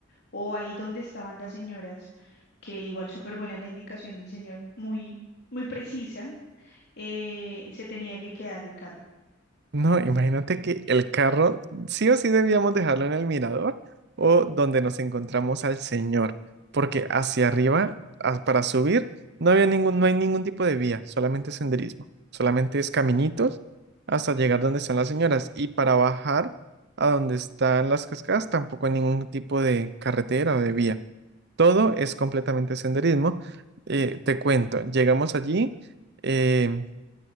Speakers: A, on the left; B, on the right.
A: O ahí donde estaban las señoras, que igual súper buena la indicación del señor, muy, muy precisa, eh, se tenía que quedar el carro.
B: No, imagínate que el carro sí o sí debíamos dejarlo en el mirador o donde nos encontramos al señor, porque hacia arriba, a- para subir, no había ningún, no hay ningún tipo de vía, solamente senderismo, solamente es caminitos hasta llegar donde están las señoras y para bajar a donde están las cascadas tampoco hay ningún tipo de carretera o de vía. Todo es completamente senderismo. Eh, te cuento, llegamos allí. eh,